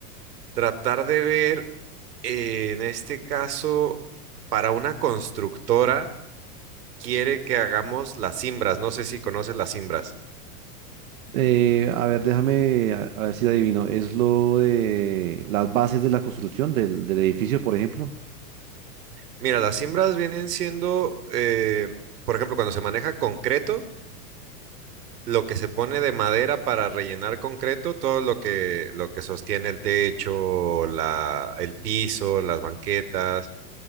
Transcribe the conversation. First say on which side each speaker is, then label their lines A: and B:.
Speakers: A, on the right; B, on the right.
A: tratar de ver eh, en este caso para una constructora quiere que hagamos las cimbras, no sé si conoces las cimbras.
B: Eh, a ver, déjame, a, a ver si la adivino. ¿Es lo de las bases de la construcción del, del edificio, por ejemplo?
A: Mira, las cimbras vienen siendo, eh, por ejemplo, cuando se maneja concreto, lo que se pone de madera para rellenar concreto, todo lo que, lo que sostiene el techo, la, el piso, las banquetas,